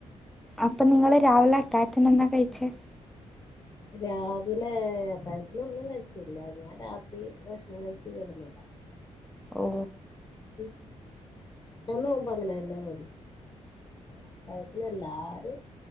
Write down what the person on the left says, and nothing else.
രാവിലെ അത്തായത്തിന് ഒന്നും കയി ച്ചില്ല ഞാൻ രാത്രി ഭക്ഷണം കഴിച്ചുകെട ന്നതാ
ഉ ഞാൻ നോുമ്പോ അങ്ങനെ തന്നെന്ന ഞാൻ അപ്പായത്തിന് എല്ലാരും